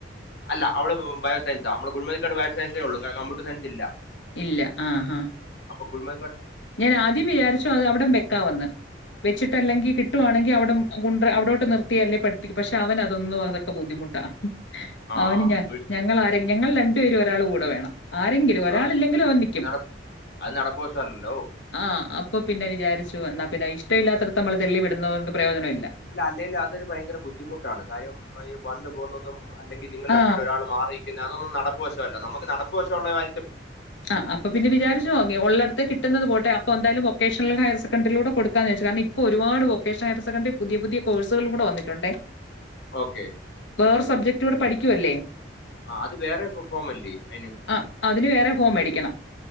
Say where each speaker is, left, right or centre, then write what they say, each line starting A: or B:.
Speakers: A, on the left; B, on the left.
A: അല്ല അവള് ബയോ സയൻസാ മള് കുഴുമലികാട് ബയോ സയൻസെ ഉള്ളൂ കംപ്യൂട്ടർ സയൻസില്ല
B: ഇല്ല ആ ആ
A: കുഴിമ
B: ഞാൻ ആദ്യം വിചാരിച്ചു അത് അവിടെ വക്കാം എന്ന് വെച്ചിട്ടല്ലെങ്കി കിട്ടുവാണെങ്കി അവിടം കുണ്ടറ അവിടോ ട്ട് നിർത്തിയല്ലേ പഠിപ്പിക്കൂ പക്ഷേ അവനതൊന്നും അതൊക്കെ ബുദ്ധിമുട്ടാ
A: ആ
B: അവന് ഞ
A: ഒഴി-
B: ഞങ്ങളാരെങ്കി ഞങ്ങൾ രണ്ടു പേരും ഒരാള് കൂടെ വേണം ആരെങ്കിലും ഒരാളില്ലെങ്കിലും
A: അ അത്
B: അവൻ
A: അത്
B: നിക്കും.
A: നടപ്പു നടപ്പുവശം അല്ലല്ലോ
B: ആ അപ്പ പിന്നെ വിചാരിച്ചു എന്ന പിന്നെ ഇഷ്‌ടല്ലാത്തടത്ത് അമ്മള് തള്ളി വിടുന്നോണ്ട് പ്രയോജനം ഇ
A: അല്ല അല്ലേലും അതൊരു ഭയങ്കര ബുദ്ധിമുട്ടാണ് കാര്യം മ്മള് ഈ വന്ന് പോവു തും അ അല്ലെങ്കിൽ നിങ്ങൾ
B: ആ
A: രണ്ടിലൊരാള് മാറി നിൽക്കുന്നെ അതൊന്നും നട നടപ്പ് വശം അല്ല നമ്മക്ക് നടപ്പ് വശം ഉള്ള കാ
B: ആ അപ്പം പിന്നെ വിചാരിച്ചത് ഓക്കേ ഉള്ളിടത്തു കിട്ടുന്നത് പോട്ടെ അ അപ്പം എന്തായാലും വൊക്കേഷണൽ ഹയർ സെക്കന്ററി യിൽ കൂടെ കൊടുക്കാന്ന് വെച്ച് കാരണം ഇപ്പം ഒരുപാട് വൊക്കേഷണൽ ഹയർ സെക്കന്ററി പുതിയ പുതിയ കോഴ്സ്കളും കൂടെ വന്നിട്ടുണ്ടേ
A: ഓക്കെ
B: വേറെ സബ്ജെക്ട് കൂടെ പഠിക്കുവല്ലേ
A: ആ അത് വേറെ ഫോം അല്ലേ അതിന്
B: ആ അതിന് വേറെ ഫോം മേടിക്കണം